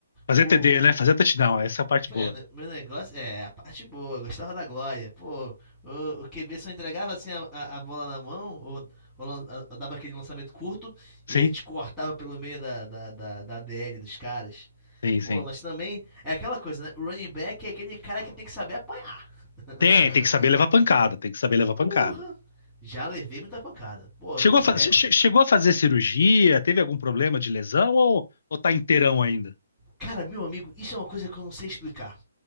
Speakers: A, on the left; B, in the centre.
A: Fazer
B: O,
A: TD, né? Fazer touchdown, essa é a parte boa.
B: é, né, meu negócio é a parte boa, eu gostava da glória. Pô, o, o QB só entregava assim a, a- a bola na mão, ou, ou lan- ou dava aquele lançamento curto,
A: Sim,
B: e a gente cortava pelo meio da, da, da, da DL dos caras.
A: sim,
B: Pô,
A: sim.
B: mas também é aquela coisa, né? O running back é aquele cara que tem que saber apanhar. <laughs>
A: Tem, tem que saber levar pancada, tem que saber levar
B: Porra!
A: pancada.
B: Já levei muita pancada. Pô, é
A: Chegou
B: muito
A: a, fa-
B: teco.
A: che- chegou a fazer cirurgia? Teve algum problema de lesão ou, ou tá inteirão ainda?
B: Cara, meu amigo, isso é uma coisa que eu não sei explicar.